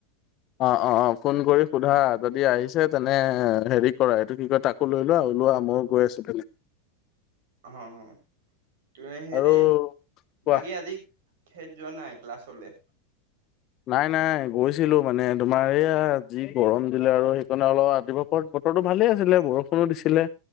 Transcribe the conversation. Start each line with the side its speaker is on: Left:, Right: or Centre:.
Left: অ অ অ ফোন কৰি সোধা যদি আহিছে তেনে হেৰি কৰা এইটো কি কয় তাকো লৈ লোৱা ওলোৱা ময়ো গৈ আছো প
Right: অ অ তুম হেৰি
Left: আৰু কোৱা।
Right: বাকী আজি খেত যোৱা নাই ক্লাছলৈ
Left: নাই নাই গৈছিলো মানে তোমাৰ এইয়া যি গৰম দিলে আৰু সেই সকাৰণে অলপ আদিবাসত বতৰো ভালে আছিলে বৰষুণো দিছিলে